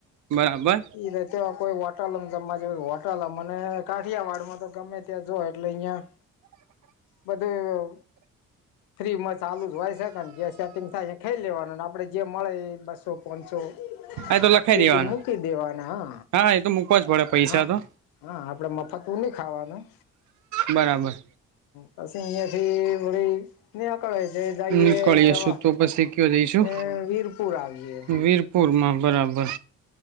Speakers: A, on the right; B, on the left.
A: બરાબર
B: ઈ ર તે કોઈ વટાલમ જમવા જ હોટાલમ અને કાઠિયાવાડમાં તો ગમે ત્યાં જો એટલે અહિયાં બધું ફ્રી માં ચાલુ જ હોય છેકે જે સેટિંગ થાય એ ખઇ લેવાનું આપડે જે મળે એ બસો પોચસો. હ.
A: હા તો લખાઈ
B: પેટી
A: દેવાના
B: મૂકી દેવાના
A: હા હા એ તો મૂકવા જ પડે પૈસા
B: હ હ
A: તો
B: હા આપડફતવું ન ખાવાનું
A: બરાબર.
B: પછી અહિયા થી ભી કળે દાય
A: નીકળીશું
B: જવા
A: તો પછી કયો જઈશું
B: એ વીરપુર આવી
A: વીરપુરમાં બરાબર.